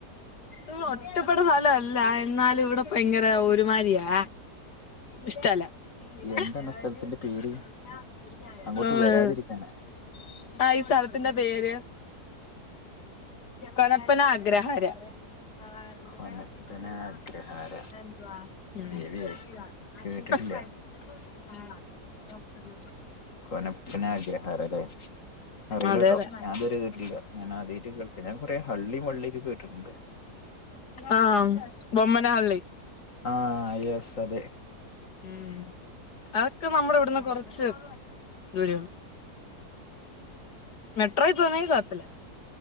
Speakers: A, on the left; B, on the left.
A: ഉം ഒറ്റപ്പെട്ട സ്ഥലല്ല എന്നാലും ഇവടെ ഭയങ്കര ഒരുമാരിയാ. ഇഷ്റ്റല്ല <unintelligible>
B: എന്താണ് ആ സ്ഥലത്തിന്റെ പേര് അങ്ങോട്ട് വരാതിരിക്കാൻ
A: ആഹ് ഈ സ്ഥലത്തിന്റെ പേര് കൊലപ്പന ആഗ്രഹാര. ഉം
B: കൊനപ്പനാഗ്രഹാര ദേവിയേ
A: <inaudible>
B: കേട്ടിട്ടില്ല കൊനപ്പന ആഗ്രഹാരല്ലെ അറിയില്ലട്ടോ
A: അതെ അതെ
B: ഞാനിത് വരെ കേട്ടിട്ടില്ല. ഞാനാദ്യായിട്ട് കേൾക്കാ ഞാൻ കൊറെ ഹള്ളീം വള്ളിക്കെ കേട്ടിട്ടുണ്ട്.
A: ആഹ് ബൊമ്മന ഹള്ളി.
B: ആഹ് യെസ് അതെ.
A: ഉം അതക്കെ നമ്മടെ ഇവിടുന്ന് കൊറച്ച് ദൂരയാണ് മെട്രോയി പോന്നെങ്കി കൊഴപ്പല്ല.